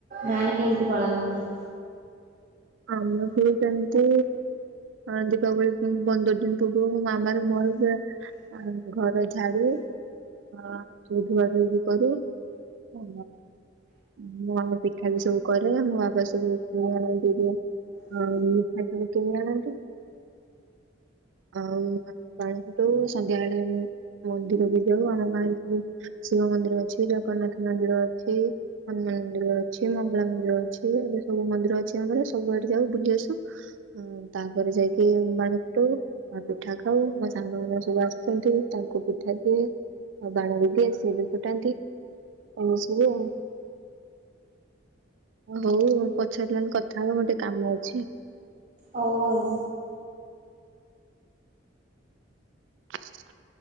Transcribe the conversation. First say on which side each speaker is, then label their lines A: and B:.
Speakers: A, on the right; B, on the right.
A: ଗାଁରେ କେମିତି ପାଳନ କର?
B: ଆମର ଭି ସେମିତି ଆଁ ଦୀପାବଳି ପନ୍ଦର ଦିନ ଉ ମୋ ମାମାର ମୋର ପୁରା ଘର ଝାଡୁ ହଁ ସବୁ ଧୁଆ ଧୁଇ ବି କରୁ। ଓ ମୁଁ ଆ ପିଠା ବି ସବୁ କରେ, ମୋ ବାପ ସବୁ ଘିଅ ବଳି ଆଉ ତୁ କୋଉ ବାଣ ଆଣିଚୁ? ଆଉ ବାଣ ଫୁଟୋଉ, ସନ୍ଧ୍ୟାବେଳେ ମନ୍ଦିର ବି ଯାଉ, ଆମ ଗାଁ ରେ ସବୁ ଶିବ ମନ୍ଦିର ଅଛି, ଜଗନ୍ନାଥ ମନ୍ଦିର ଅଛି ହନୁମାନ ମନ୍ଦିର ଅଛି, ମଙ୍ଗଳା ମନ୍ଦିର ଅଛି। ଏବେ ସବୁ ମନ୍ଦିର ଅଛି ଆମର ସବୁଆଡେ ଯାଉ ବୁଲି ଆସୁ, ତାପରେ ଯାଇକି ବାଣଫୁଟୋଉ। ଆଉ ପିଠା ଖାଉ, ମୋ ସାଙ୍ଗମାନେ ସବୁ ଆସୁଛନ୍ତି ତାଙ୍କୁ ପିଠା ଦିଏ। ଆଉ ବାଣ ବି ଦିଏ ସିଏବି ଫୁଟାନ୍ତି। ଏମିତି ସବୁ ଆଉ ହଉ ପଛରେ ନହେଲେ କଥା ହବା ମୋର ଟିକେ କାମ ଅଛି।
A: ହଉ ଆଉ।
B: <inaudible>